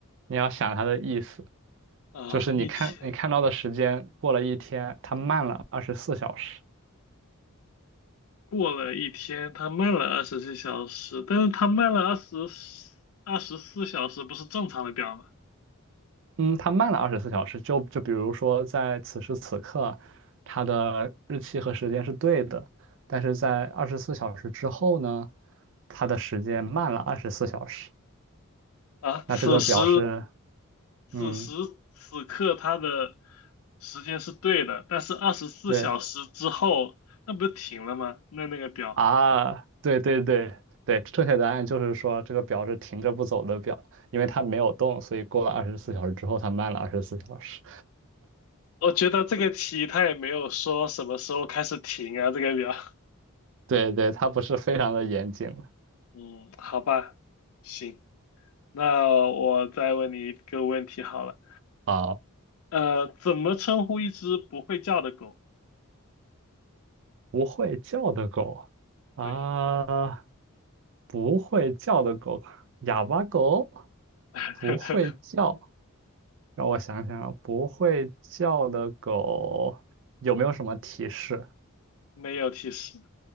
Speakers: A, on the right; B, on the left.
A: 你要想它的意思，
B: 啊，
A: 就是你看你看到的时间过了一天，
B: 一天
A: 它慢了二十四小时。
B: 过了一天，他慢了二十四小时，但是他慢了二十二十四小时，不是正常的表吗？
A: 嗯，它慢了二十四小时，就就比如说在此时此刻，它的日期和时间是对的，但是在二十四小时之后呢，它的时间慢了二十四小时。
B: 啊，
A: 那这个表示，
B: 此时此时此刻他的
A: 嗯，
B: 时间是对的，但是二十四小时之后，
A: 对
B: 那不是停了吗？那那个表，
A: 啊，对对对对，正确答案就是说这个表是停着不走的表，因为它没有动，所以过了二十四小时之后，它慢了二十四小时。
B: 我觉得这个题他也没有说什么时候开始停啊，这个表。<laughs>
A: 对对，它不是非常的严谨。
B: 嗯，好吧，行，那我再问你一个问题好了。
A: 好，
B: 呃，怎么称呼一只不会叫的狗？
A: 不会叫的狗啊。
B: 对，
A: 不会叫的狗，哑巴狗，
B: <laughs>
A: 不会叫。让我想想啊，不会叫的狗有没有什么提示？
B: 没有提示，